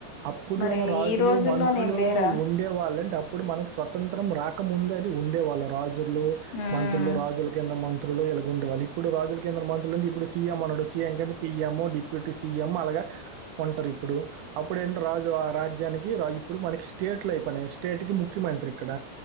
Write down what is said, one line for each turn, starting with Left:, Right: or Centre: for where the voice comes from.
Right: అప్పుట్లోన్న
Left: మరి
Right: రాజులు
Left: ఈ రోజుల్లోనేం
Right: మంత్రులు
Left: లేరా
Right: ఉండే వాళ్లంటే అప్పుడు మనకి స్వతంత్రం రాకముందు ఉండే వాళ్ళు రాజులు
Left: ఉమ్
Right: మంత్రులు రాజుల కింద మంత్రులు ఇలాగా ఉండేవాళ్లు ఇప్పుడు రాజుల కిందన మంత్రులంటే ఇప్పుడు సీఎం అన్నాడు సీఎం కింద పిఎం డిపి టి సీఎం అలాగా ఉంటారు ఇప్పుడు అప్పుడంటే రాజు ఆ రాజ్యానికి రా ఇప్పుడు మనకి స్టేట్లు అయిపోయినాయి స్టేట్‌కి ముఖ్యమంత్రి ఇక్కడ